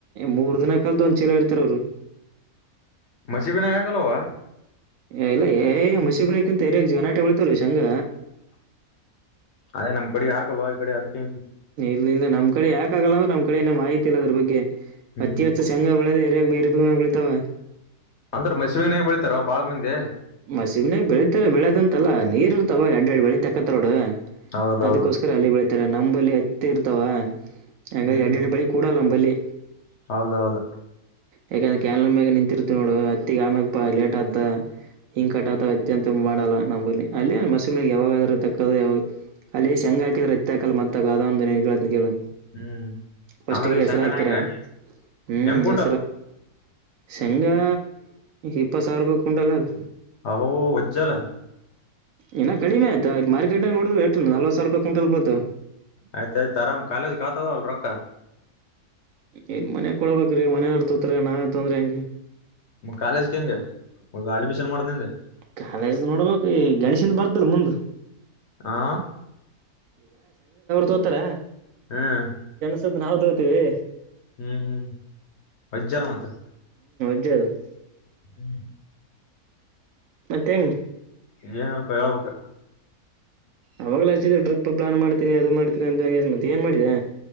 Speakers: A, on the right; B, on the left.
A: ಮೂರ್ ದಿನ ಒಂದ್ ಚೀಲ ಹರಿತಾರ್ ಅವರು
B: ಮಸಿಬಿನ ಯಾಕಲ್ವಾ
A: ಏ ಇಲ್ಲ ಏ ಮಸೀಬನಕ್ಕಿಂತ ಯರಗ್ ಜನ ಆಟೆ ಹೇಳ್ತಾರ ಸಂಂಗ
B: ಅದೇ ನಮ್ ಕಡೆ ಹಾಕಲ್ವ ಈ ಕಡೆ ಅದ್ಕ್ಕೆ
A: ಇ ಇಲ್ಲ ನಮ್ ಕಡೆ ಯಾಕಾಗಗಲ್ಲ ಅಂದ್ರೆ ನಮ್ ಕಡೆಏೇ ಮಾಹಿತಿ ಇಲ್ಲ ಅದ್ರ ಬಗ್ಗೆ
B: ಹ್ಮ್
A: ಅತಿಿಯಚ್ಚ ಸಂಘ ಒೇ ಕುಳಿತಾವ
B: ಅಂತರ ಮೈಸೂನಾಗ ಬೆಳಿತತಾರ ಬಾಳ ಮಂದಿ
A: ಮ ಸಿಮನಾಗಗ್ ಬೆಳಿತಾರ ಬೆಳೆದ ಅಂತಲ್ಲಾ ನೀರ್ ಇರ್ತಾವ ಎರಡ್ ಎರಡ್ ಬೆಳಿ ತೆಕ್ಕತ್ತೋಡ
B: ಹೌದೌದು
A: ಅದಕ್ಕೋಸ್ಕರ ಅಲ್ಲಿ ಬೆಳಿತಾರ ನಂಬಲ್ಲಿ ಹತ್ತೆ ಇರ್ತಾವ ಹಂಗ
B: ಹ್ಮ್
A: ಎರಡ್ ಎರಡು ಬಳಿ ಕೂಡಲ್ಲ ನಂಬಲ್ಲಿ
B: ಹೌದೌದು
A: ಯಾಕಂದ್ರೆ ಕ್ಯಾನ್ ಮ್ಯಾಗ ನಿಂತಿರ್ತ ನೋಡು ಅತ್ತಿಗ ಆಮ್ಯಾಗ ಬಾ ಲೇಟ್ ಆತ ಹಿಂಗ ಕಟ್ಟಾತ ಅತ್ಯಂತ ಮಾಡಲ್ಲ ನಂಬಲ್ಲಿ ಅಲ್ಲಿ ಮಸೂಗೆ ಯಾವಾಗದ್ರಕ್ಕ ಯಾಗ ಅಲ್ಲಿ ಶಂಗ್ ಹಾಕಿದ್ರೆ ಇತ್ತಾಕಲ್ಲ ಮತ್ತ ಒಂದ್ <unintelligible> ಹೇಳ್ತೀನಿ ಕೇಳ್
B: ಹ್ಮ್
A: ಫಸ್ಟಿಗೆ
B: ಅಂದ್ರೆ ಈ
A: ಹೆಸ್ರ್
B: ಶಂಗನ
A: ಹಾಕ್ತಾರೆ
B: ಹಾಕಿರ
A: ಹ್ಮ
B: ಹೆಂಗ್ ಕುಂಟ
A: ಶೆಂಗಾ ಇಪ್ಪತ್ ಸಾವಿರ ರೂಪಾಯಿ ಕುಂಟಲ್ ಅದ
B: ಅವೋ ಉಜ್ಜಲ
A: ಇನ್ನ ಕಡಿಮೆ ಆಯ್ತಾ ಈ ಮಾರ್ಕೆಟ ನೋುದು ರೇಟ್ ನಲವತ್ ಸಾವಿರಪಾಯಿ ಕ್ವಿಂಟಲ್ ಬೀಳತದ
B: ಆಯ್ತ್ ಆಯ್ತ್ ಆರಾಮ್ ಕಾಲೇಜ್ ಆತದಲ್ ರೊಕ್ಕ
A: ಏನ್ ಮನೆ ಕೊಡಬೇಕ್ರೀ ಮನೆ ನಡ್ತತ್ರಿ ನಾವ ತೊಂದ್ರೇ ಹೆಂಗ
B: ಕಾಲೇಜ್ಗೆ ಹೆಂಗ ಅಡ್ಮಿಷನ್ ಮಾಡ್ದಂದೆ
A: ಕಾಲೇಜ್ ನೋಡ್ಬೇಕ ಗೆಣ್ಸ್ ಹಿಂದ ಬರ್ದಲ್ ಮುಂದ್
B: ಹಾ
A: ತೋತರಾ
B: ಹ್ಮ್
A: ತದ್ ನಾವು ತೋತೀವಿ
B: ಹ್ಮ್ ಹ್ಮ್ ಮಜ್ಜಾಲ ಮತ್ತ
A: <unintelligible>
B: ಹ್ಮ್
A: ಮತ್ತೇಂಗ
B: ಏನಪ್ಪಾ ಹೇಳ್ಬೇಕಾ
A: ಅವಾಗ್ಲೇ ಹಚ್ಚಿದೆ ಟ್ರಿಪ್ ಪ್ಲಾನ್ ಮಾಡ್ತೀನಿ ಅದು ಮಾಡ್ತೀನಿ ಅಂತಂದಿನಿ ಮತ್ ಏನ್ ಮಾಡಿದ್ಯಾ